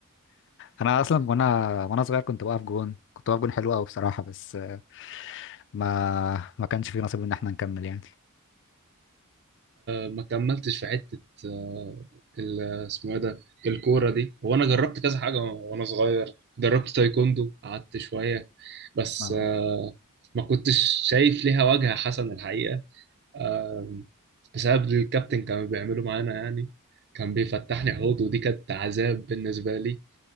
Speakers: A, on the left; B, on the right.
A: انا اصلا وانا وانا صغير كنت بقف جون كنت بقف جون حلو قوي بصراحة بس آه، ما ما كانش في نصيب ان احنا نكمل يعني
B: ما كملتش في حته آه، ال- اسمه ايه ده الكوره دي وانا جربت كذا حاجه وانا صغير جربت تايكوندو قعدت شويه بس
A: ما
B: آه، ما كنتش شايف ليها وجهه حسن الحقيقه آم، بسبب الكابتن كانوا بيعملوا معانا يعني كان بيفتحني حوض ودي كانت عذاب بالنسبة لي